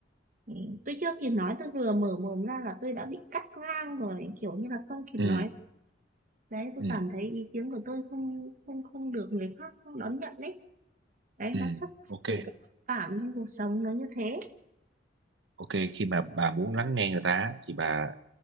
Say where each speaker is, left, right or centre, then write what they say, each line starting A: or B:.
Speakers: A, on the right; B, on the right.
A: Ừ, Tôi chưa kịp nói tôi vừa mở mồm ra là tôi đã bị cắt ngang rồi kiểu như là không kịp
B: ừ
A: nói đấy tôi
B: ừ
A: cảm thấy ý kiến của tôi không không không được người khác không đón nhận đấy đấy
B: ừ
A: nó xuất phát
B: ok
A: từ cái cảm trong cuộc sống nó như thế
B: ok khi mà bà muốn lắng nghe người ta á, thì bà